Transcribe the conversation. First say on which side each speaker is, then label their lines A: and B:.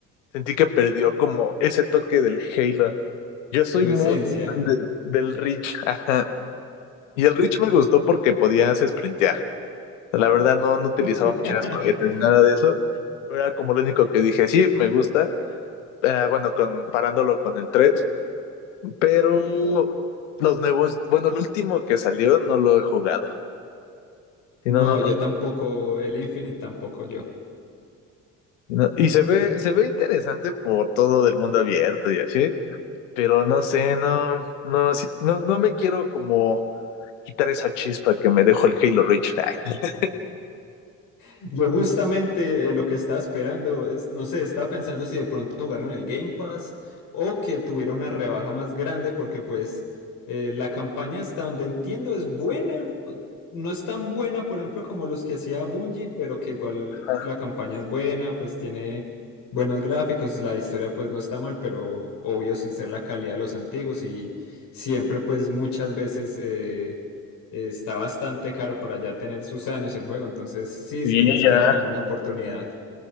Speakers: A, on the left; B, on the left.
A: sentí que perdió como ese toque del Halo. Yo soy
B: tu
A: muy
B: esencia.
A: fan del, del Reach, ajá. Y el Reach me gustó porque podías sprintear. La verdad no, no utilizaba
B: <laughs>
A: muchas cohetes ni nada de eso. Pero era como lo único que dije, sí, me gusta. Ah, bueno, comparándolo con el tres, Pero los nuevos, bueno, el último que salió no lo he jugado. Sí,
B: No,
A: no, no, no.
B: yo tampoco, el Infinite tampoco yo.
A: no. Y se ve, se ve interesante por todo del mundo abierto y así. pero no sé, no, no, sí- no, no me quiero como quitar esa chispa que me dejó el Halo Reach. <laughs>
B: Yo justamente eh, lo que estaba esperando, es, no sé, estaba pensando si de pronto jugaron el Game Pass o que tuviera una rebaja más grande porque pues eh, la campaña hasta donde entiendo es buena, o- no es tan buena, por ejemplo, como los que hacía Bungie, pero que igual
A: Ajá.
B: la campaña es buena, pues tiene buenos gráficos, la historia pues no está mal, pero obvio sin ser la calidad de los antiguos y siempre pues muchas veces... eh, eh, está bastante caro para ya tener sus años el juego, entonces sí,
A: Sí,
B: siempre he esperado
A: ya.
B: como una oportunidad.